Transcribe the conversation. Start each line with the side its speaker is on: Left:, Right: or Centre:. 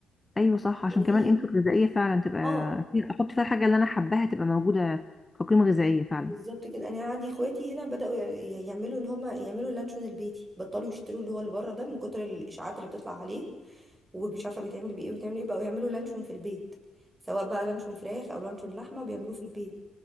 Left: ايوه صح عشان
Right: يعني في
Left: كمان قيمته الغذائيه فعلا تبقى
Right: اه
Left: فيها- احط فيها الحاجه اللي انا حباها تبقى موجوده كقيمه غذائيه فعلا
Right: بالظبط كده انا عندي اخواتي هنا بدأوا ي- ي- يعملوا ان هما يعملوا اللانشون البيتي بطلوا يشتروا اللي هو اللي بره ده من كتر الاشاعات اللي بتطلع عليه ومش عارفة بيتعمل بايه وبيتعمل ايه بقوا يعملوا لانشون في البيت سواء بقى لانشون فراخ او لانشون لحمة بيعملوه في البيت